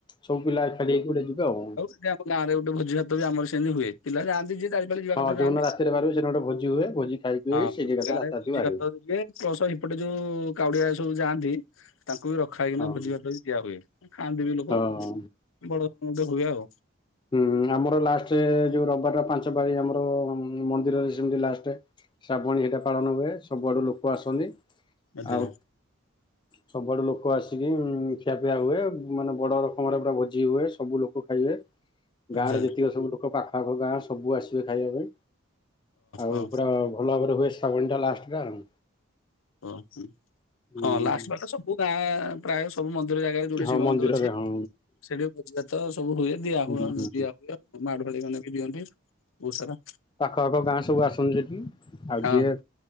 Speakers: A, on the left; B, on the left.
A: ସବୁ ପିଲା ଏକାଠି ହେଇକି ଗୋଟେ ଜିବେ ଆଉ।
B: ଏ ଆମ ଗାଁରେ ଗୋଟେ ଭୋଜି ଭାତ ବି ଆମର ସେମତି ହୁଏ ପିଲାନ୍ତି ଯିଏ। ବେଲି ଯିବା
A: ହଁ
B: କଥା ଯାଆନ୍ତି
A: ଯୋଉଦିନ ରାତିରେ ବାହାରିବେ ସେଦିନ ଗୋଟେ ଭୋଜି ହୁଏ ଭୋଜି ଖାଇକି
B: ହଁ
A: ସେଇଠି ଏକାଥରେ
B: ଗାଁରେ
A: ରାତା ରାତି
B: ଭୋଜି
A: ବାହାରିବୁ
B: ଭାତ ହୁଏ। ପ୍ଲସ ହେପଟେ ଯୋଉ କାଉଡିଆ ସବୁ ଯାଆନ୍ତି। ତାଙ୍କୁ ବି ରଖା ହେଇକିନା
A: ହଁ
B: ଭୋଜି ଭାତ ବି ଦିଆ ହୁଏ ଖାଆନ୍ତି ବି ଲୋକ।
A: ହଁ
B: ବଡ କାମ ଟେ ହୁଏ ଆଉ।
A: ହୁଁ ଆମର ଲାଷ୍ଟ ଯୋଉ ରବିବାର ଟା ପାଞ୍ଚ ପାଳି ଆମର ମନ୍ଦିରରେ ସେମିତି ଲାଷ୍ଟେ। ଶ୍ରାବଣୀ ହେଇଟା ପାଳନ ହୁଏ ସବୁଆଡ଼ୁ ଲୋକ ଆସନ୍ତି।
B: ଆଚ୍ଛା
A: ଆଉ ସବୁଆଡ଼ୁ ଲୋକ ଆସିକି ଖିଆପିଆ ହୁଏ ମାନେ ବଡ଼ ଆମର ପୁରା ଭୋଜି ହୁଏ ସବୁ ଲୋକ ଖାଇବେ।
B: ଆଚ୍ଛା
A: ଗାଁରେ ଯେତିକ ସବୁ ଲୋକ ପାଖଆଖ ଗାଁ ସବୁ ଆସିବେ ଖାଇବା ପାଇଁ ଆଉ
B: ଓହୋ
A: ପୁରା ଭଲ ଭାବରେ ହୁଏ ଶ୍ରାବଣିଟା ଲାଷ୍ଟେଟା ଆଉ।
B: ଓହୋ
A: ହୁଁ
B: ହଁ ଲାଷ୍ଟେ ପାଳିଟା ସବୁ ଗାଁ ପ୍ରାୟ ସବୁ ମନ୍ଦିର ଜାଗାରେ ଯୋଉଠି
A: ହଁ
B: ଶିବ
A: ମନ୍ଦିରରେ
B: ମନ୍ଦିର ଅଛି
A: ହଁ
B: ସେଠିବି ଭୋଜିଭାତ ସବୁ ହୁଏ। ଦିଆ
A: ହୁଁ
B: ହୁଏ ଦିଆ ହୁଏ ମାଡ଼ୁଆଳି ମାନେବି ଦିଅନ୍ତି ବହୁତ୍ ସାରା।
A: ପାଖଆଖ ଗାଁ ସବୁ ଆସନ୍ତି ସେଠିକି ଆଉ
B: ହଁ
A: ଯିଏ